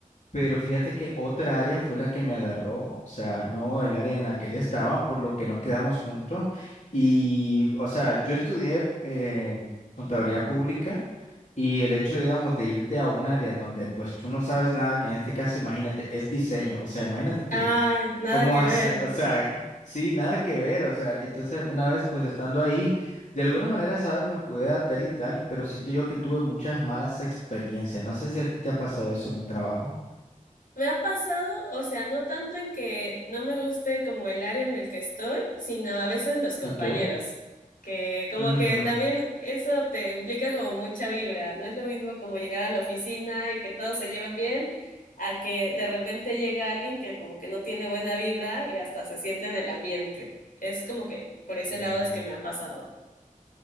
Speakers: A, on the left; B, on the left.
A: pero fíjate que otra área fue la que me agarró, o sea, no el área en la que él estaba, por lo que no quedamos juntos. Y, o sea, yo estudié eh, contaduría pública. Y el hecho, digamos, de irte a un área donde pues tú no sabes nada, que en este caso, imagínate, es diseño, o sea, imagínate tú,
B: Ay, nada
A: ¿Cómo
B: que
A: hace?
B: ver.
A: O sea, sí, nada que ver. O sea, entonces una vez pues estando ahí, de alguna manera, sabes, me pude adaptar y tal, pero siento yo que tuve muchas malas experiencias. No sé si a ti te ha pasado eso en un trabajo.
B: Me ha pasado, o sea, no tanto en que no me guste como el área en el que estoy, sino a veces los compañeros,
A: Okay.
B: que como
A: Ujú,
B: que también eso te implica como mucha vibra, no es lo mismo como llegar a la oficina y que todos se lleven bien, a que de repente llega alguien que como que no tiene buena vibra y hasta se siente en el ambiente. Es como que por ese
A: ujú.
B: lado es que me ha pasado.